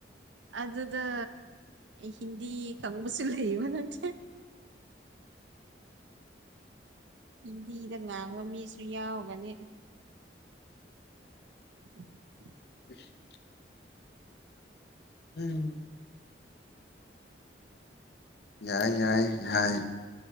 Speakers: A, on the right; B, on the left.
A: ꯑꯗꯨ ꯑꯗꯨꯗ ꯍꯤꯟꯗꯤ ꯈꯪꯕꯁꯨꯂ ꯏꯕ ꯅꯠꯇꯦ ꯍꯤꯟꯗꯤꯗ ꯉꯥꯡꯕ ꯃꯤꯁꯨ ꯌꯥꯎꯒꯅꯤ ꯎ
B: <unintelligible> ꯎꯝ ꯌꯥꯏ ꯌꯥꯏ ꯌꯥꯏ